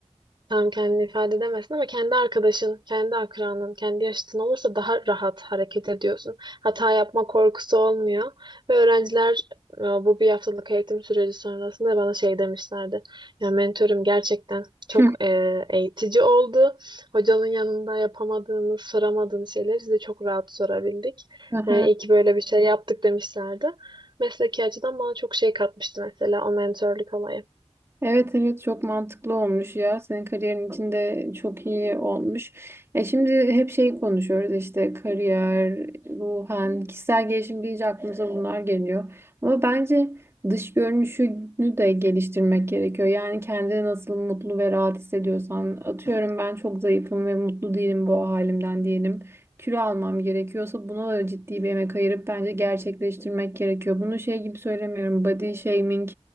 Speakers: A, on the right; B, on the right.
A: tam kendini ifade edemezsin ama kendi arkadaşın, kendi akranın, kendi yaşıtın olursa daha rahat hareket ediyorsun. Hata yapma korkusu olmuyor. Ve öğrenciler e, bu bir haftalık eğitim süreci sonrasında bana şey demişlerdi. Ya mentorum gerçekten çok
B: Hı.
A: e, eğitici oldu. Hocanın yanında yapamadığımız, soramadığımız şeyleri size çok rahat sorabildik.
B: Aha.
A: Yani iyi ki böyle bir şey yaptık demişlerdi. Mesleki açıdan bana çok şey katmıştı mesela o mentorluk olayı.
B: Evet evet çok mantıklı olmuş ya. Senin kariyerin içinde çok iyi olmuş. E şimdi hep şey konuşuyoruz işte kariyer, ruhen, kişisel gelişim deyince aklımıza bunlar geliyor. Ama bence dış görünüşünü de geliştirmek gerekiyor. Yani kendini nasıl mutlu ve rahat hissediyorsan atıyorum ben çok zayıfım ve mutlu değilim bu halimden diyelim. Kilo almam gerekiyorsa buna da ciddi bir emek ayırıp bence gerçekleştirmek gerekiyor. Bunu şey gibi söylemiyorum. Body shaming